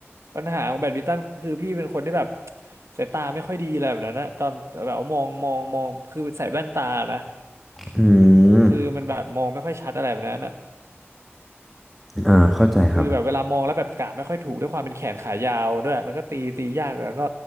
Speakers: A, on the right (about 80°); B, in the centre.
A: ปัญหาของแบดมินตันคือพี่เป็นคนที่แบบ <tsk> สายตาไม่ค่อยดีอะไรแบบนั้นนะตอนแบบว่ามองมองมองคือใส่แว่นตานะ
B: อืม
A: คือมันแบบมองไม่ค่อยชัดอะไรแบบนั้นนะ
B: อ่าเข้าใจครับ
A: คือแบบเวลามองแล้วแบบกะไม่ค่อยถูกด้วยความเป็นแขนขายาวด้วยมันก็ตีตียากแล้วก็